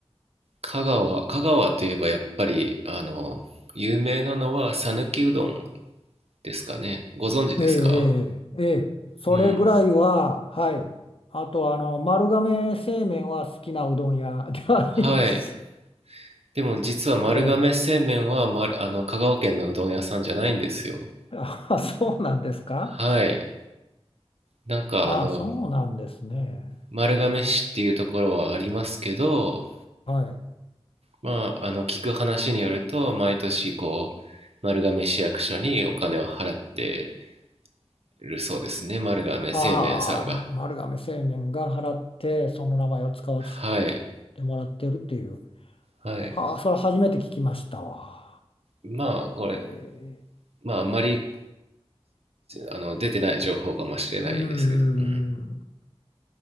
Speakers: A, on the right; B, on the left.
A: 香川、香川といえばやっぱり、あの、有名なのは讃岐うどんですかね。ご存知ですか
B: ええ、ええ、ええそれぐらいは、
A: うん。
B: はい。あと、あの、丸亀製麺は好きなうどん屋 <laughs> ではあります。
A: はい。でも実は丸亀製麺は、
B: え
A: ま、あの香川県のうどん屋さんじゃないんですよ。
B: え。あ、そうなんですか。
A: はい。なんかあの
B: あ、そうなんですね。
A: 丸亀市っていうところはありますけど、
B: ええ、はい。
A: まあ、あの聞く話によると毎年こう丸亀市役所にお金を払ってるそうですね。丸亀製麺さんが。
B: ああ、ま丸亀製麺が払って、その名前を使わせ
A: はい。
B: てもらってるっていう。
A: はい。
B: はあ、それ初めて聞きましたわ。
A: まあこれ、
B: ええ、
A: まああんまりあの出てない情報かもしれないですけど、
B: うん、うんうん
A: う